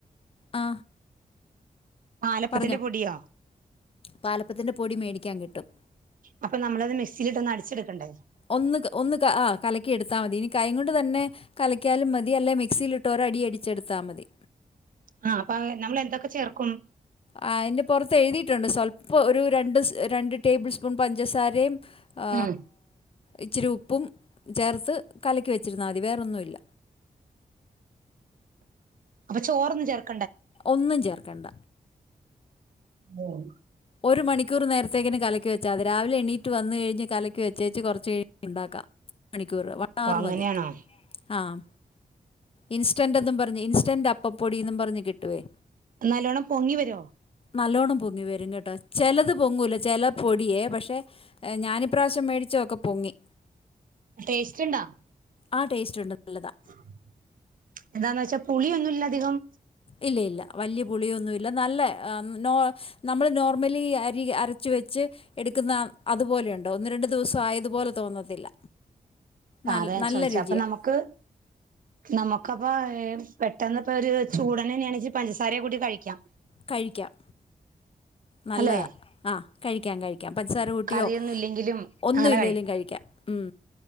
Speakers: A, on the left; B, on the right.
A: ആ
B: പാലപ്പത്തിന്റെ
A: പറഞ്ഞോ
B: പൊടിയോ
A: പാലപ്പത്തിന്റെ പൊടി മേടിക്കാൻ കിട്ടും
B: അപ്പൊ നമ്മളത് മിക്സിയിലിട്ടൊന്ന് അടിച്ചെടുക്കണ്ടേ
A: ഒന്ന് ഒന്ന് ആ കലക്കി എടുത്താൽ മതി ഇനി കൈ കൊണ്ട് തന്നെ കലക്കിയാലും മതി അല്ലെ മിക്സിയിലിട്ട് ഒരയടിച്ചെടുത്താൽ മതി
B: ആ അപ്പൊ നമ്മള് എന്തൊക്കെ ചേർക്കും
A: ആ അതിന്റെ പുറത്ത് എഴുതിയിട്ടുണ്ട് സ്വല്പം ഒരു രണ്ട് രണ്ട് ടേബിൾ സ്പൂ ല്പം പഞ്ചസാരേം ആ
B: ഉം
A: ഇച്ചിരി ഉപ്പും ചേർത്ത് കലക്കി വെച്ചിരുന്നാൽ മതി വേറൊന്നുമില്ല
B: അപ്പൊ ചോറൊന്നും ചേർക്കില്ല്
A: ഒന്നും ചേർ കണ്ട
B: മൂൾ
A: ഒരു മണിക്കൂർ നേരത്തേക്കിന് കലക്കി വെച്ചാമതി രാവിലെ എണിറ്റു വന്നു കഴിഞ്ഞു കലക്കി വെച്ചേച്ച് കുറച്ച് കഴിഞ്ഞിണ്ടാക്കാം ഒരു മണിക്കൂർ വൺ അവർ
B: അങ്ങനെയാണോ
A: മതി ആഹ് ഇൻസ്റ്റന്റന്നും പറഞ്ഞ് ഇൻസ്റ്റന്റ് അപ്പപ്പൊടിന്നും പറഞ്ഞ് കിട്ടുവേ
B: നല്ലോണ്ണം പൊങ്ങി വരുവോ
A: നല്ലോണ്ണം പൊങ്ങി വരും കേട്ടോ ചിലത് പൊങ്ങൂല ചില പൊടിയേ പക്ഷേ ഞാനിപ്രാവശ്യം മേടി ച്ചതൊക്കെ പൊങ്ങി
B: ടേസ്റ്റ് ഉണ്ടോ
A: ആ ടേസ്റ്റ് ഉണ്ട് നല്ലതാ
B: <unintelligible> എന്താന്ന് വെച്ചാൽ പുളിയൊന്നും ഇല്ലധികം
A: ഇല്ല ഇല്ല വലിയ പുളിയൊന്നുമില്ല നല്ല നോ നമ്മൾ നോർമലി അരി അരച്ച് വെച്ച് എടുക്കുന്ന അതുപോലെയുണ്ട ഒന്ന് രണ്ട് ദിവസം ആയതുപോലെ തോന്നത്തില്ല നല്ല
B: അതെ ഞാൻ
A: നല്ല
B: ചോദിച്ച
A: രുചിയാണ്
B: അപ്പൊ നമുക്ക് നമുക്ക് നമുക്കപ്പ പെട്ടെന്ന് ഇപ്പോ ഒരു ചൂടനെ ഞാൻ ഇച്ചിരി പഞ്ചസാരയെ കൂട്ടി കഴിക്കാം
A: കഴിക്കാം നല്ലത
B: അല്ലെ
A: ആ കഴിക്കാം കഴിക്കാം പഞ്ചാര കുട്ടിയോ
B: കറിയൊന്നും ഇല്ലെങ്കിലും
A: ഒന്നും
B: അങ്ങനെ
A: ഇല്ലെലും കഴിക്കാം ഉം